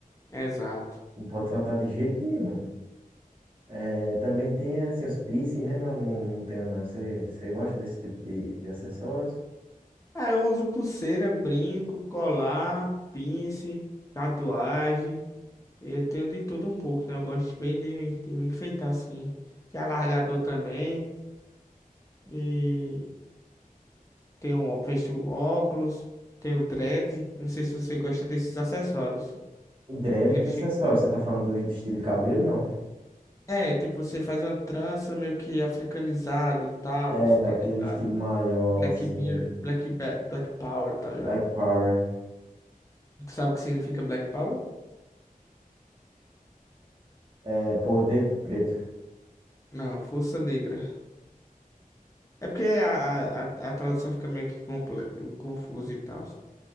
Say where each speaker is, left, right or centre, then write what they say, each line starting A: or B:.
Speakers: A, on the left; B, on the right.
A: exato.
B: Não pode faltar de jeito nenhum. É, também tem assim, os piercing, né? Mas eu não, não tenho, não. Você você gosta desse tipo de, de acessórios?
A: Ah, eu uso pulseira, brinco, colar, pince, tatuagem. Eu tenho de tudo um pouco, né? Eu gosto bem de, de me enfeitar assim. Tem alargador também. E tem um, ó- fecho o óculos. Tem o dread. Não sei se você gosta desses acessórios.
B: O dread,
A: Já
B: que
A: achei...
B: acessório? Você tá falando do, do estilo de cabelo, não?
A: É, tipo, você faz uma trança meio que africanizada e tal,
B: É, daquele
A: tá ligado?
B: estilo maior,
A: Black
B: assim.
A: Beer, Black, Ba- Black Power, tá ligado?
B: Black Power.
A: Tu sabe o que significa Black Power?
B: É, poder preto.
A: Não, força negra. É porque a, a, a tradução fica meio que comple- confusa e tal.